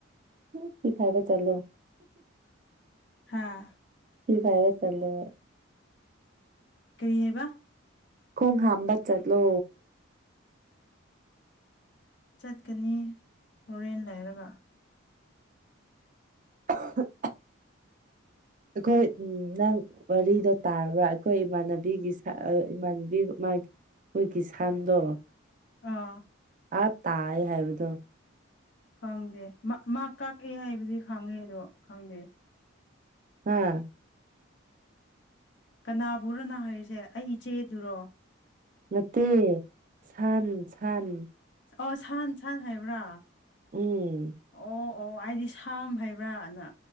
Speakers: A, on the right (about 40°); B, on the left (about 55°).
A: <unintelligible> ꯆꯠꯂꯣ
B: ꯍꯥꯥ
A: <unintelligible> ꯆꯠꯂꯣ
B: ꯀ꯭ꯔꯤ ꯍꯥꯏꯕꯥ
A: ꯈꯣꯡ ꯍꯥꯝꯕ ꯆꯠꯂꯣ
B: ꯆꯠꯀꯅꯤ ꯍꯣꯔꯦꯟ ꯂꯩꯔꯒ
A: <unintelligible>
B: <inaudible>
A: ꯑꯩꯈꯣꯏ ꯎꯝ ꯅꯪ ꯋꯥꯔꯤꯗꯣ ꯇꯥꯔꯕ ꯑꯩꯈꯣꯏ ꯏꯃꯥꯟꯅꯕꯤꯒꯤ ꯁꯥꯏ ꯏꯃꯥꯟꯅꯕꯤ ꯃꯥꯒꯤ ꯈꯣꯏꯒꯤ ꯁꯟꯗꯣ
B: ꯑꯥ
A: ꯑꯥ ꯇꯥꯔꯦ ꯍꯥꯏꯕꯗꯣ
B: ꯈꯪꯗꯦ ꯃꯥ ꯀꯛꯑꯦ ꯍꯥꯏꯕꯗꯤ ꯈꯪꯉꯦ ꯑꯗꯣ ꯈꯪꯗꯦ
A: ꯍꯥ
B: ꯀꯅꯥꯕꯨꯔꯣ ꯅꯪꯅ ꯍꯥꯏꯔꯤꯁꯦ ꯑꯩ ꯏꯆꯦꯗꯨꯔꯣ
A: ꯅꯠꯇꯦ ꯁꯟ ꯁꯟ
B: ꯑꯥ ꯁꯟ ꯁꯥꯟ ꯍꯥꯏꯕ꯭ꯔꯥ
A: ꯎꯝ
B: ꯑꯣ ꯑꯣ ꯑꯩꯗꯤ ꯁꯥꯝ ꯍꯥꯏꯕ꯭ꯔꯥꯅ